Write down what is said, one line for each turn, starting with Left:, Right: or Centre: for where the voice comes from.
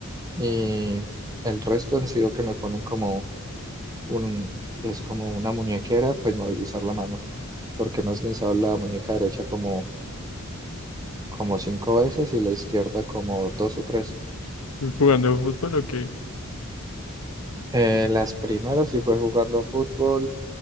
Right: y el resto han sido que me ponen como un, es como una muñequera, pues movilizar la mano, porque me has guinzado la muñeca derecha como, como cinco veces y la izquierda como dos o tres.
Left: ¿Jugando fútbol o qué?
Right: Eh, las primeras sí fue jugando fútbol